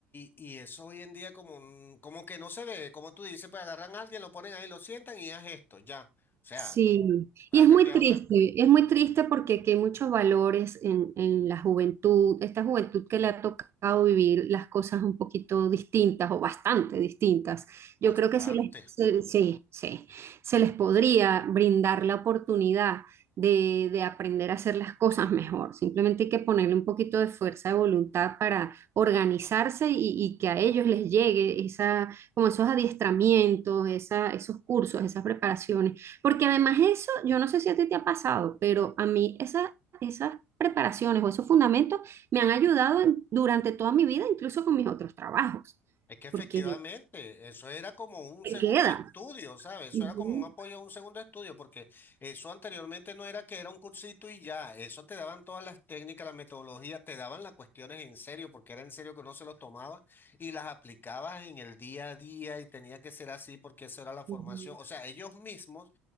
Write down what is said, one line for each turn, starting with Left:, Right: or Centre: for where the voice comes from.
Left: y, y, y eso hoy en día como, un- como que no se ve, como tú dices, pues agarran a alguien, lo ponen ahí, lo sientan y haz esto, ya. O sea,
Right: Sí,
Left: ha
Right: y es
Left: cambiado
Right: muy triste,
Left: tanto.
Right: es muy triste porque aquí hay muchos valores en, en la juventud, esta juventud que le ha tocado vivir las cosas un poquito distintas o bastante distintas.
Left: Bastante.
Right: Yo creo que se les, se- sí, sí, se les podría brindar la oportunidad de, de aprender a hacer las cosas mejor. Simplemente hay que ponerle un poquito de fuerza de voluntad para organizarse y, y que a ellos les llegue esa, como esos adiestramientos, esa, esos cursos, esas preparaciones porque además eso, yo no sé si a ti te ha pasado, pero a mí esas, esas preparaciones o esos fundamentos me han ayudado en- durante toda mi vida, incluso con mis otros trabajos,
Left: Es que efectivamente,
Right: porque
Left: eso era como un
Right: te
Left: segundo
Right: quedan.
Left: estudio, ¿sabes? Eso
Right: Ujú,
Left: era como un apoyo a un segundo estudio, porque eso anteriormente no era que era un cursito y ya, eso te daban todas las técnicas, las metodologías, te daban las cuestiones en serio, porque era en serio que uno se los tomaba y las aplicabas en el día a día y tenía que ser así porque esa era la formación.
Right: ujú,
Left: O sea, ellos mismos